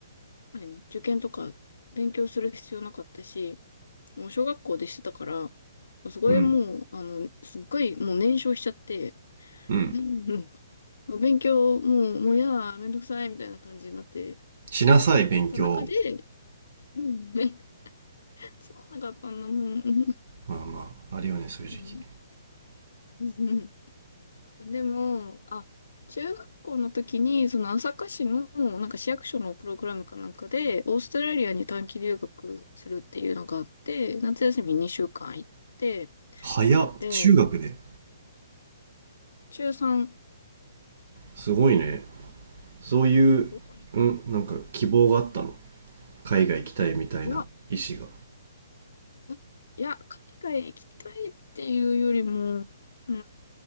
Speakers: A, on the left; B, on the right.
A: 何、受験とか勉強する必要なかったし、もう小学校でしてたから、そこでもう、
B: うん
A: あの、すっごいもう燃焼しちゃって、
B: うん
A: うんもう勉強、もう、もうやだ、めんどくさい、みたいな感じになって、
B: しなさい勉強
A: た中で、うんね、つまんなかったんだもん。う
B: まあまああるよねそういう時期
A: んうんでも、あ、中学校の時に、その朝霞市の、なんか市役所のプログラムかなんかで、オーストラリアに短期留学するっていうのがあって、夏休み2週間行って、
B: 早っ中学で
A: で、中3、
B: すごいねそういううんなんか希望があったの
A: そうかな。
B: 海外行きたいみたいな意思が
A: いや、あいや、海外行きたいっていうよりも、うん、あ